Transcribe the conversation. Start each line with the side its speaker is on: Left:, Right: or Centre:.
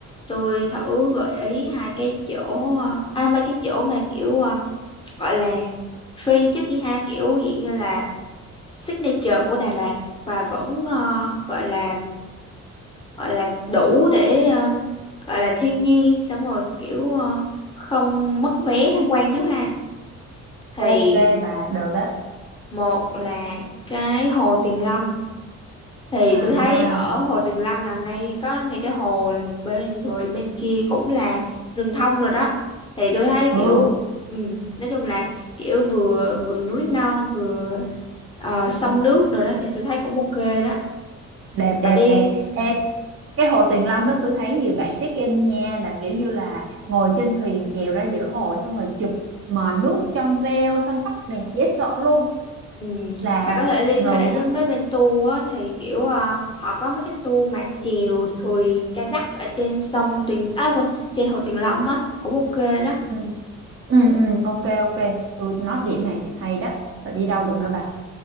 Left: tôi thử gợi ý hai cái chỗ ờ, à mấy cái chỗ mà kiểu ờ, gọi là free trước đi ha kiểu dạng như là signature của Đà Lạt và vẫn ờ, gọi là gọi là đủ để ờ, gọi là thiên nhiên xong rồi kiểu ờ, không mất vé tham quan trước ha thì
Right: Ok bà được đó.
Left: một là cái hồ Tuyền Lâm thì
Right: À,
Left: tôi thấy ở hồ Tuyền Lâm là ngay có ngay cái hồ là một bên rồi bên kia cũng là rừng thông rồi đó thì tôi thấy
Right: ừ,
Left: kiểu ừ, nói chung là kiểu vừa vừa núi non vừa ờ, sông nước rồi đó thì tôi thấy cũng ok đó
Right: đẹp đẹp
Left: bà đi
Right: đẹp. Ê, cái hồ Tuyền Lâm đó tôi thấy nhiều bạn check in nha là kiểu như là ngồi trên thuyền chèo ra giữa hồ xong rồi chụp mà nước trong veo xanh vắt đẹp dễ sợ luôn
Left: Ừ.
Right: là
Left: Bạn có thể liên
Right: ngầu
Left: hệ
Right: đó.
Left: với mấy bên tour á, thì kiểu à, họ có mấy cái tour mà chèo thuyền kayak ở trên sông Tuyền à quên trên hồ Tuyền Lâm á cũng ok đó
Right: Ừ. ừ ừ ok ok tôi nói điểm này hay đó rồi đi đâu được nữa bà